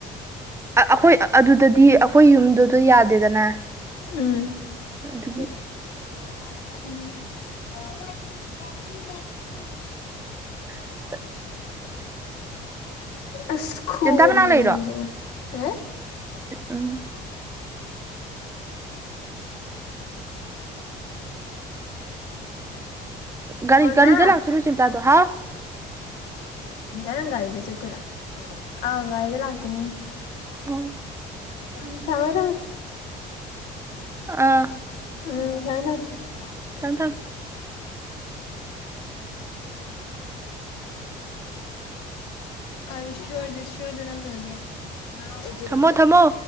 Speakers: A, on the right (about 15°); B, on the left (about 80°).
A: ꯑꯩꯈꯣꯏ ꯑꯗꯨꯗꯗꯤ ꯑꯩꯈꯣꯏ ꯌꯨꯝꯗꯨꯗ ꯌꯥꯗꯦꯗꯅ
B: ꯎꯝ
A: ꯑꯗꯨꯒꯤ
B: ꯐ <unintelligible> <unintelligible>
A: <unintelligible>
B: ꯑꯁ ꯈꯨꯔꯦ
A: ꯆꯦꯟꯇꯥ ꯃꯅꯥꯛ ꯂꯩꯔꯣ
B: ꯅꯪꯁꯦ ꯑꯦ
A: ꯎꯝ <inaudible> ꯒꯥꯔꯤ
B: ꯑꯣꯅꯥ
A: ꯒꯥꯔꯤꯗ ꯂꯥꯛꯇꯣꯏꯔꯣ ꯆꯦꯝꯇꯥꯗꯣ ꯍꯥꯎ
B: ꯑꯦ ꯔꯪ ꯏꯗ ꯆꯠꯇꯨꯔ <inaudible> ꯑꯧ ꯒꯥꯔꯤꯗ ꯂꯥꯛꯇꯣꯢꯅꯦ
A: ꯑꯣ
B: ꯎꯝ ꯊꯝꯃꯦ ꯊꯝꯃꯦ
A: ꯑꯥ
B: ꯎꯝ ꯊꯝꯃꯦ ꯊꯝꯃꯦ
A: ꯊꯝꯃꯣ ꯊꯝꯃꯣ
B: ꯑꯖ ꯁꯖ ꯅꯝꯗ ꯑꯗꯨ꯭ꯔꯣ <inaudible> <unintelligible>
A: ꯊꯝꯃꯣ ꯊꯝꯃꯣ